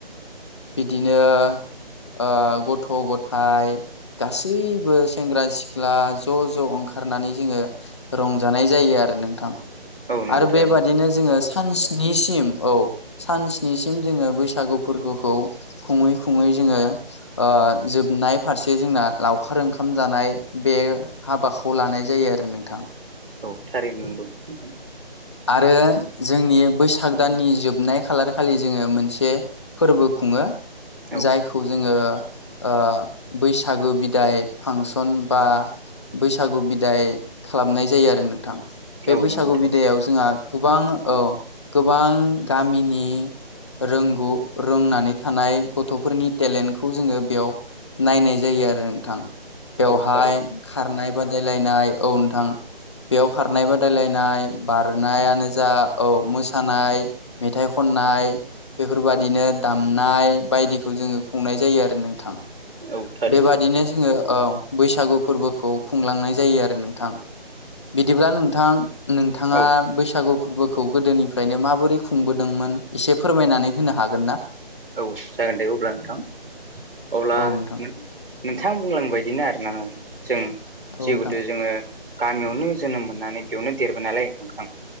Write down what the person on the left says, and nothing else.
बिदिनो ओ गथ' गथाय हाय गासैबो सेंग्रा सिख्ला ज'- ज' ओंखारनानै जोंङो रंजानाय जायो आरो नोंथां
आरो
बेबादिनो जोङो सानसिनिसिम औ सान सनिसिम जोंङो बैसागु फोरबोखौ खुङै-खुङै जोंङो ओ‌ जोब नाय फारसे जोंना लावखार ओंखाम जानाय बे हाबाखौ लानाय जायो आरो नोंथां।
आरो जोंनि बैसाग दाननि जोबनाय खालार- खालि जोंङो मोनसे फोरबो खुङो
जायखौ जोंङो ओ बैसागु बिदाय फांसन बा बैसागु बिदाय खालामनाय जायो आरो नोंथां बे
बैसागु
बिदायाव जोंहा गोबां औ गोबां गामिनि रोंगौ रोंनानै थानाय गथ'फोरनि टेलेन्टखौ जोंङो बेयाव नायनाय जायो आरो नोंथां बेवहाय
खारनाय बादायलायनाय औ नोंथां। बेयाव खारनाय बादायलायनाय बारनायानो जा औ मोसानाय मेथाइ खननाय बेफोरबादिनो दामनाय बायदिखौ जोंङो खुंनाय जायो आरो नोंथां।
बेबादिनो जोंङो औ बैसागु फोरबोखौ खुंलांनाय जायो आरो नोंथां बिदिब्ला नोंथां नोंथांङा
बैसागु फोरबो खौ गोदोनिफ्रायनो माबोरै खुंबोदोंमोन एसे फोरमायनानै होनो हागोन ना?
औ नोंथां
औ
नोंथां